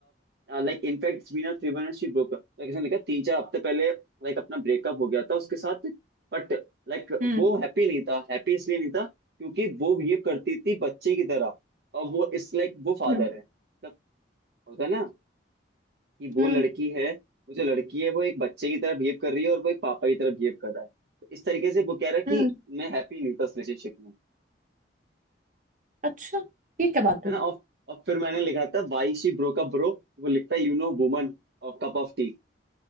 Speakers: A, on the right; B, on the right.
A: like in fact Veena Trivena she broke like इसने लिखा तीन चार हफ्ते पहले लाइक अपना ब्रेकअप हो गया था उसके साथ बट लाइक
B: हम्म
A: वो हैप्पी नहीं था हैप्पी इसलिए नहीं था क्योंकि वो बिहेव करती थी बच्चे की तरह और वो इस लाइक वो फादर
B: हम्म
A: है मतलब होता है ना कि वो
B: हम्म
A: लड़की है वो जो लड़की है वो एक बच्चे की तरह बिहेव कर रही है और वो एक पापा की तरह बिहेव कर रहा है तो इस तरीके से वो कह रहा है
B: हम्म
A: कि मैं हैप्पी नहीं था उस रिलेशनशिप में
B: अच्छा ये क्या बात हुई
A: है ना और, और फिर मैंने लिखा था why she broke up bro वो लिखता है यू नो वुमन और कप ऑफ टी